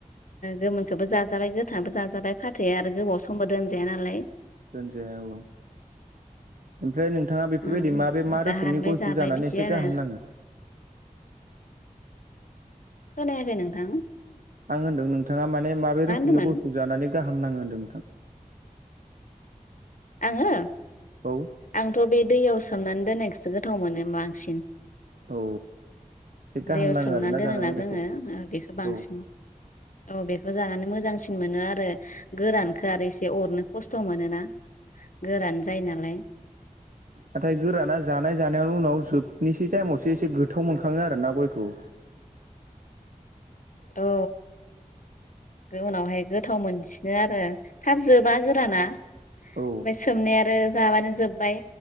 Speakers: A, on the left; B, on the right.
A: गोमोनखौबो जाजाबाय गोथाङाबो जाजाबाय फाथैया आरो गोबाव समबो दोनजाया नालाय
B: दोनजाया औ ओमफ्राय नोंथाङा बेफोरबायदि
A: ओम
B: माबे
A: जिथा
B: मा रोखोमनि
A: हानबाय
B: गयखौ
A: जाबाय
B: जानानै
A: बिदि
B: एसे
A: आरो
B: गाहाम नाङो
A: खोनायाखै नोंथां
B: आं होन्दों नोंथाङा माने माबे
A: मा
B: रोखोमनि
A: होनदोंमोन
B: गयखौ जानानै गाहाम नाङो होन्दों नोंथां
A: आङो
B: औ
A: आंथ' बे दैयाव सोमनानै दोन्नायखौसो गोथाव मोनो बांसिन
B: औ एसे गाहाम
A: दैयाव
B: नाङो
A: सोमनानै
B: आरोना
A: दोनोना
B: जानानै बेखौ
A: जोङो बेखौ बांसिन
B: औ
A: औ बेखौ जानानै मोजांसिन मोनो आरो गोरानखौ आरो एसे अरनो खस्थ' मोनो ना गोरान जायो नालाय
B: नाथाय गोराना जानाय जानायावनो उनाव जोबनिसै टाइमावसो एसे गोथाव मोनखाङो आरोना गयखौ
A: औ उनावहाय गोथाव मोनसि नो आरो थाब जोबा गोराना ओमफ्राय
B: औ
A: सोमनाय आरो जाबानो जोब्बाय